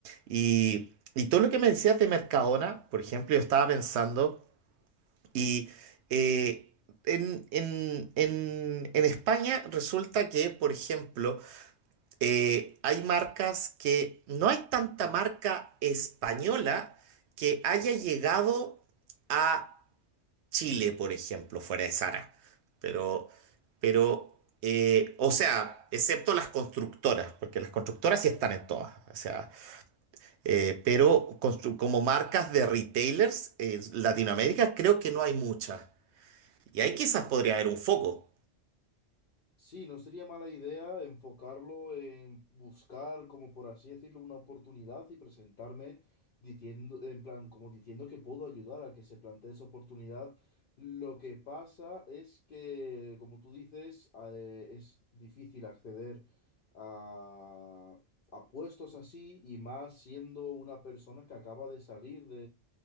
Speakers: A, on the right; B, on the left.
A: Y, y todo lo que me decías de Mercadona, por ejemplo, yo estaba pensando y... eh, en, en en- en España resulta que, por ejemplo, eh, hay marcas que no hay tanta marca española que haya llegado a Chile, por ejemplo, fuera de Zara. Pero, pero, eh, o sea, excepto las constructoras, porque las constructoras sí están en todas. O sea, eh, pero constru- como marcas de retailers en Latinoamérica creo que no hay muchas. Y ahí quizás podría haber un foco.
B: Sí, no sería mala idea enfocarlo en buscar, como por así decirlo, una oportunidad y presentarme diciendo, en plan, como diciendo que puedo ayudar a que se plantee esa oportunidad. Lo que pasa es que, como tú dices, eh, es difícil acceder a, a puestos así y más siendo una persona que acaba de salir